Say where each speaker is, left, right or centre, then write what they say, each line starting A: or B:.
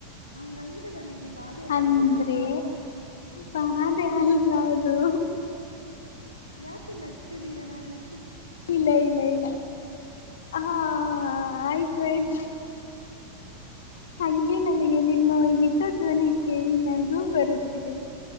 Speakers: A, on the left; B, on the left.
A: ಹಂಗಂದ್ರೆ ನನಗೆ ಬಾದೆ
B: ಅಂದ್ರೆ
A: ಆಗಲ್ವಾ
B: ಬಾಧೆ ಆಗಲ್ಲ ಅದು
A: ಯಾಕೆ ನಗ್ತಿದ್ದೀರಾ ನಾನ್ ಇಷ್ಟ
B: ಇಲ್ಲ ಇಲ್ಲ ಇಲ್ಲ ಹಾ ಆಯ್ತು ಆಯ್ತು ಹಂಗೆ ನನಗೆ ನಿಮ್ಮ ಹಿತಧ್ವನಿ ಕೇಳಿ ನಗೂ ಬರುತ್ತಿದೆ